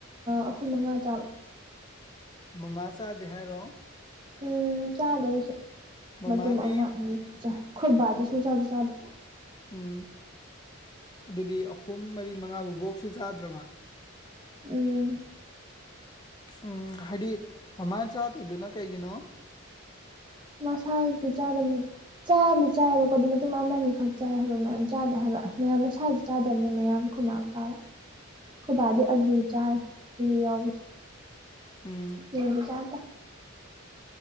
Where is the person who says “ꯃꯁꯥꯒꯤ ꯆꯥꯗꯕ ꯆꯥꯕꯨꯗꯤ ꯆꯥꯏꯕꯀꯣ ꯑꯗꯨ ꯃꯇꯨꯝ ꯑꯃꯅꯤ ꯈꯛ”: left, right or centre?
Right